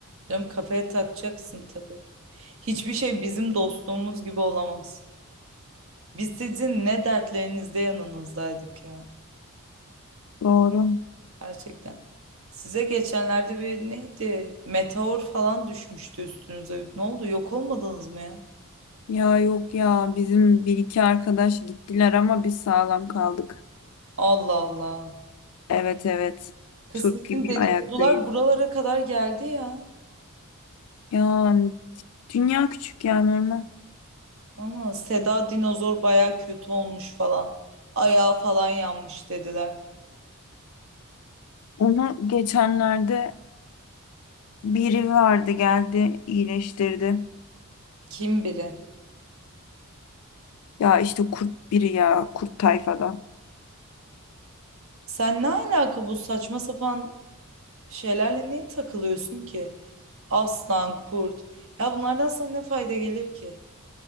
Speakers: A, on the right (about 65°); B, on the left (about 70°).
A: Canım kafaya takacaksın tabii. Hiçbir şey bizim dostluğumuz gibi olamaz. Biz sizin ne dertlerinizde yanınızdaydık ya.
B: Doğru.
A: Gerçekten. Size geçenlerde bir neydi? Meteor falan düşmüştü üstünüze. Ne oldu? Yok olmadınız mı ya?
B: Ya yok ya bizim bir iki arkadaş gittiler ama biz sağlam kaldık.
A: Allah Allah.
B: Evet evet.
A: Kız
B: Turp
A: sizin
B: gibi
A: dedikodular
B: ayaktayız.
A: buralara kadar geldi ya.
B: Ya dünya küçük ya normal.
A: Ama Seda dinozor baya kötü olmuş falan. Ayağı falan yanmış dediler.
B: Onu geçenlerde biri vardı geldi iyileştirdi.
A: Kim biri?
B: Ya işte kurt biri ya kurt tayfadan.
A: Sen ne alaka bu saçma sapan şeylerle niye takılıyorsun ki? Aslan, kurt. Ya bunlardan sana ne fayda gelir ki?